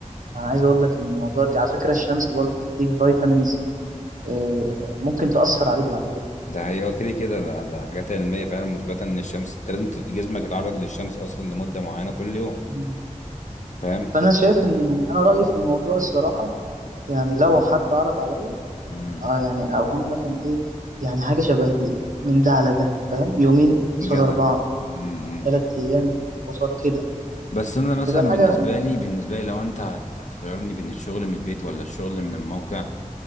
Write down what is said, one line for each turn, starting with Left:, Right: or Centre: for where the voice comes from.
Right: انا عايز اقول لك ان الموضوع ده على فكرة الشمس برضو بتديك فيتامينز آه، ممكن تأثر عليك بعد كده
Left: ده هي كده كده ده, ده حاجات علمية فعلا مثبتة ان الشمس انت لازم جسمك يتعرض للشمس اصلا لمدة معينة كل يوم
Right: مم.
Left: فاهم
Right: فانا شايف ان يعني انا رايي في الموضوع الصراحه يعني لو حد عرض عليا
Left: امم
Right: اه يعني اقول مثلا ايه يعني حاجه شبه ال- من ده على ده فاهم يومين قصاد
Left: جدع
Right: اربعه
Left: امم
Right: ثلاث ايام قصاد كده
Left: بس انا مثلا
Right: تبقى حاجه
Left: بالنسبه لي بالنسبه لي لو انت هت- هتخيرني بين الشغل من البيت ولا الشغل من الموقع